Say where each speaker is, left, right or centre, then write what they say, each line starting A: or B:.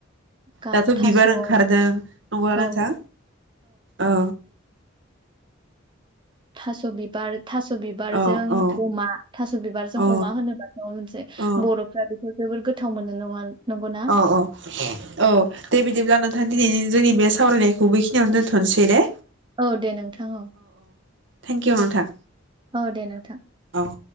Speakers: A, on the right; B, on the right.
A: गा
B: दाथ'
A: थास'
B: बिबार
A: औ
B: ओंखारदों नंगौ
A: औ
B: नोंथां औ
A: थासबिबार थास' बिबारजों
B: औ औ
A: अमा थास' बिबारजों
B: औ
A: अमा होनोबाथ' मोनसे
B: औ
A: बर'फ्रा बेखौ जोबोद गो गोथाव मोनो नङा नंगौना
B: अ औ औ दे बिदिब्ला नोंथां दिनैनि जोंनि बे सावरायनायखौ बेखिनियावनो दोनथ'नोसै दे
A: औ दे नोंथां औ
B: थेंकिउ नोंथां
A: औ दे नोंथां।
B: औ